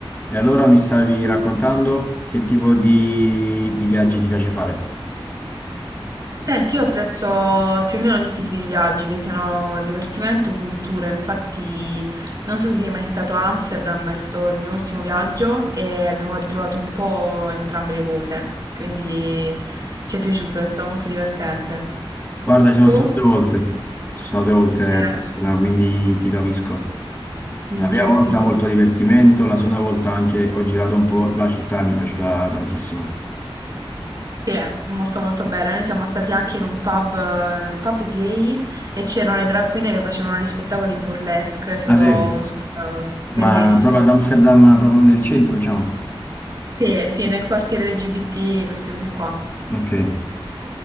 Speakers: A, on the left (about 20°); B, on the right (about 40°).
A: E allora mi stavi raccontando che tipo di, di viaggi ti piace fare?
B: Senti, io apprezzo più o meno tutti i tipi di viaggi, che siano divertimento o cultura. Infatti, non so se sei mai stato a Amsterdam, ma è stato il mio ultimo viaggio e abbiamo ritrovato un po' entrambe le cose. Quindi ci è piaciuto, è stato molto divertente.
A: Guarda, ci sono
B: Tu?
A: stato due volte, ci sono stato due volte,
B: Eh,
A: eh, Barcellona, quindi ti capisco.
B: ti
A: La
B: sei
A: prima
B: divertito.
A: volta molto divertimento, la seconda volta anche ho girato un po' la città, e mi è piaciuta tantissimo.
B: Sì, è molto molto bella. Noi siamo stati anche in un pub, eh, un pub gay e c'erano le drag queen che facevano gli spettacoli burlesque, è stato
A: Ah sì,
B: uno spettacolo bellissimo.
A: ma proprio ad Amsterdam, proprio nel centro, diciamo.
B: Sì, sì, nel quartiere LGBT, queste cose qua.
A: Ok.